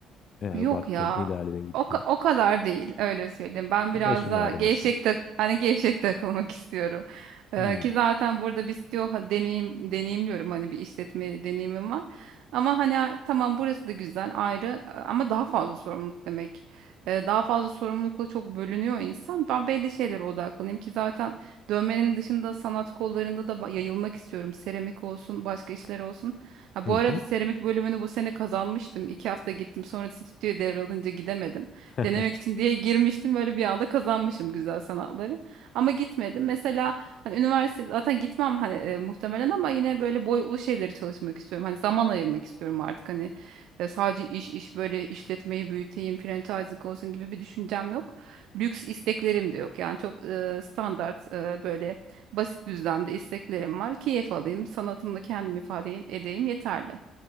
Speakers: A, on the left (about 40°); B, on the right (about 75°).
A: eğer
B: Yok
A: baktın,
B: ya.
A: ilerledin, gittin.
B: O, ka- o kadar değil öyle söyleyeyim. Ben
A: Başım
B: biraz daha
A: ağrımasın.
B: gevşek tak hani gevşek <laughs> takılmak istiyorum. Ee,
A: Hmm.
B: ki zaten burada biz diyor ha, deneyim deneyimliyorum hani bir işletme deneyimim var. Ama hani a- tamam burası da güzel ayrı a- ama daha fazla sorumluluk demek. Ee, daha fazla sorumlulukla çok bölünüyor insan. Ben belli şeylere odaklanayım ki zaten dövmenin dışında sanat kollarında da ba- yayılmak istiyorum. Seramik olsun, başka işler olsun. Ha,
A: Hı
B: bu arada
A: hı.
B: seramik bölümünü bu sene kazanmıştım. İki hafta gittim sonra stüdyo devralınca gidemedim.
A: <laughs>
B: Denemek için diye girmiştim böyle bir anda kazanmışım güzel sanatları. Ama gitmedim. Mesela hani üniversite zaten gitmem hani e, muhtemelen ama yine böyle boyutlu şeyleri çalışmak istiyorum. Hani zaman ayırmak istiyorum artık hani e, sadece iş iş böyle işletmeyi büyüteyim, franchising olsun gibi bir düşüncem yok. Lüks isteklerim de yok. Yani çok e, standart e, böyle Basit düzlemde isteklerim var. Keyif alayım, sanatımla kendimi ifade edeyim yeterli.